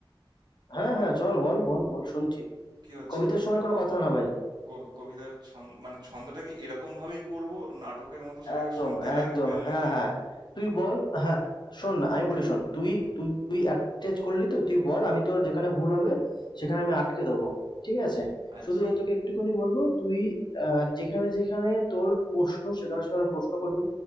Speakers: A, on the left; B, on the right.
A: হ্যাঁ হ্যাঁ চল বল বল বল শুনছি
B: কি হচ্ছে
A: কবিতার
B: এরকম
A: সময় কোনো কথা না ভাই
B: কবি- কবিতার ছন্দ মানে ছন্দটা কি এরকম ভাবেই করব নাটকের মতো সেটাকে
A: একদম,
B: শুনতে লাগবে
A: একদম।
B: নাকি
A: হ্যাঁ, হ্যাঁ। তুই বল হ্যাঁ, শোন
B: হুম,
A: না, আমি বলি শোন। তুই
B: হুম,
A: তুই attach করলি তো? তুই বল আমি তোর যেখানে ভুল হবে সেখানে আমি আটকে দেবো। ঠিক আছে?
B: আচ্ছা
A: শুধু এ তোকে একটুখানি বলবো তুই আ যেখানে, যেখানে তোর প্রশ্ন সেখানে, সেখানে প্রশ্ন করবি।